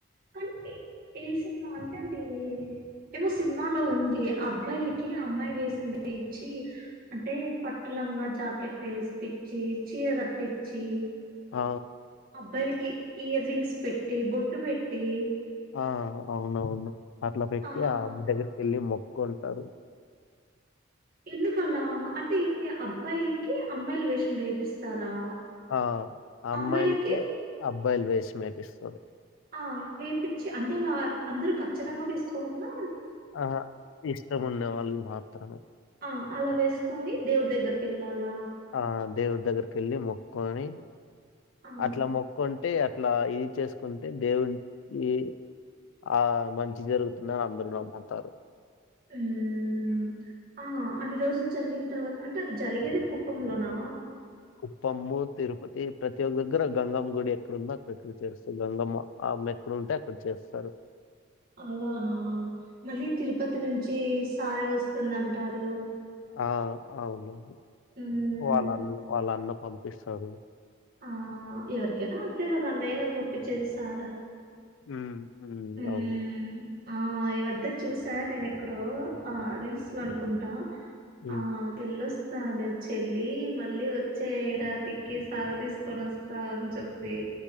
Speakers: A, on the right; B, on the left.
A: కానీ ఏ సినిమా అంటే అది ఏమో సినిమాలో ఉంది అబ్బాయిలకి అమ్మాయి వేషం వేయిచ్చి అంటే పట్టులంగా జాకెట్లు వేసిచ్చి చీర కట్టిచ్చి
B: ఔ
A: అబ్బాయిలకి ఇయర్ రింగ్స్ పెట్టి బొట్టు పెట్టి
B: అ అవునవును అట్లా పెట్టి
A: ఆ
B: ఆమ్ దగ్గరికి వెళ్ళి మొక్ కొంటారు
A: ఎందుకలా అంటే ఏంది అబ్బాయిలకి అమ్మాయిల వేషం వేపిస్తారా
B: ఆ అమ్మాయిల్కి
A: అమ్మాయిలకి
B: అబ్ అబ్బాయిల వేషం వేపిస్తారు
A: ఆ వేపిచ్చి అంటే అలా అందరు కచ్చితంగా వేసుకోవాల్నా
B: ఆహా ఇష్టముఉండే వాళ్ళు మా త్రమే
A: ఆ అలా వేసుకొని దేవుడి దగ్గరకి ఏళ్ళాలా
B: ఆ దేవుడి దగ్గర్కేల్లి మోక్ కొనీ
A: ఆ
B: అట్లా మొక్కుంటే అట్ ఇట్లా ఇది చేసుకుంటే దేవునికి ఆ మంచి జరుగుతుందని అందరూ నమ్ముతారు
A: హ్మ్ ఆ అన్ని రోజులు జరిగిన తర్వాత అంటే అది జరిగేది కుప్పంలోనా
B: కుప్పము తిరుపతి ప్రతి ఒక్క దగ్గర గంగమ్మ గుడి ఎక్కడంద అక్కడ ఎక్కడ చేస్తారు గంగమ్మ అమ్మ ఎక్కడ ఉంటే అక్కడ చేస్తారు
A: అలానా మళ్ళీ తిరుపతి నుంచి సారే వస్తుంది అంటారు
B: ఆ అవును
A: ఉమ్
B: వాళ్ళన్న వాళ్ళ అన్న పంపిస్తారు
A: ఆ ఎవరికైనా అంతే కదా అన్నయ్య కదా పొప్పిచ్చేది సారా
B: హ్మ్ హ్మ్.
A: హ్మ్
B: అవును.
A: ఆ ఈ వద్ద చూసా నేను ఎక్కడో ఆ రీల్స్ లో అనుకుంటా
B: హ్మ్.
A: ఆ పిల్లో స్ తను చెల్లి మళ్ళీ వచ్చే ఏడాదికి సార తీసుకొని వస్తా అని చెప్పి